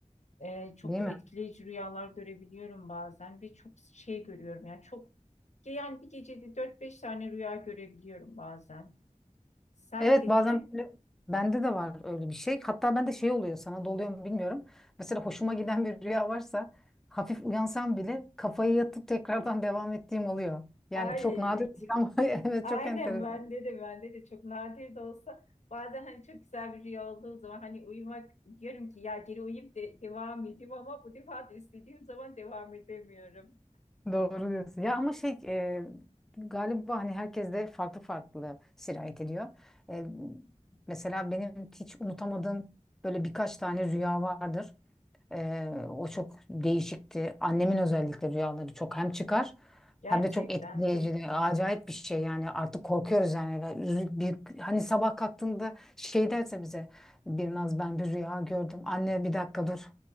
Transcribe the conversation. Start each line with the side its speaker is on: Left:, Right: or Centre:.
Left: Ee, çok
Centre: Değil mi?
Left: etkileyici rüyalar görebiliyorum bazen ve çok şey görüyorum yani çok yani bir gecede dört beş tane rüya görebiliyorum bazen. Sen
Centre: Evet
Left: peki?
Centre: bazen böyle bende de var öyle bir şey. Hatta bende şey oluyor sana da oluyor mu bilmiyorum. Mesela hoşuma giden bir rüya varsa hafif uyansam bile kafayı yatıp tekrardan devam ettiğim oluyor. Yani
Left: Ay,
Centre: çok nadir bir rüya ama <laughs> evet
Left: aynen
Centre: çok enteresan.
Left: bende de bende de çok nadir de olsa bazen hani çok güzel bir rüya olduğu zaman hani uyumak diyorum ki ya geri uyuyup de devam edeyim ama bu defa da istediğim zaman devam edemiyorum.
Centre: Doğru diyorsun. Ya ama şey e, galiba hani herkes de farklı farklı sirayet ediyor. E, mesela benim hiç unutamadığım böyle birkaç tane rüya vardır. Ee, o çok değişikti. Annemin özellikle rüyaları çok hem çıkar
Left: Gerçekten
Centre: hem de çok etkileyici,
Left: mi?
Centre: acayip bir şey yani artık korkuyoruz yani. Ya, Üzü- Bir, hani sabah kalktığında şey derse bize bir ben bir rüya gördüm. Anne bir dakika dur.